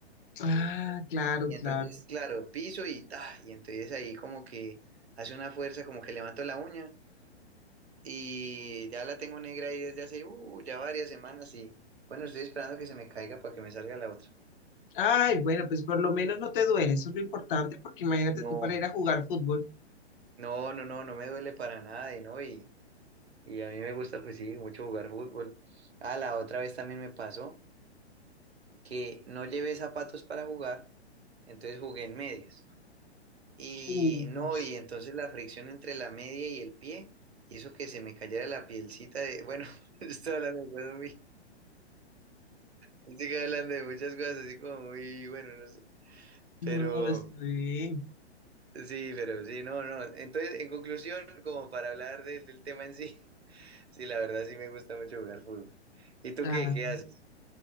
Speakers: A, on the left; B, on the right.
A: Ah, claro,
B: Y
A: claro.
B: entonces, claro, piso y ta, y entonces ahí como que hace una fuerza, como que levanto la uña y ya la tengo negra ahí desde hace, uh, ya varias semanas y bueno, estoy esperando que se me caiga para que me salga la otra.
A: Ay, bueno, pues por lo menos no te duele, eso es lo importante, porque imagínate
B: No,
A: tú para ir a jugar fútbol.
B: no, no, no, no me duele para nada y no, y... Y a mí me gusta, pues sí, mucho jugar fútbol. Ah, la otra vez también me pasó que no llevé zapatos para jugar, entonces jugué en medias. Y
A: Uy,
B: no, y entonces la fricción entre la media y el pie hizo que se me cayera la pielcita de, bueno, <laughs> yo estoy hablando de cosas muy, estoy hablando de muchas cosas así como muy, bueno, no sé.
A: no,
B: Pero
A: está bien.
B: sí, pero sí, no, no. Entonces, en conclusión, como para hablar del del tema en sí, <laughs> sí, la verdad sí me gusta mucho jugar fútbol. ¿Y tú
A: Ah,
B: qué? ¿Qué haces?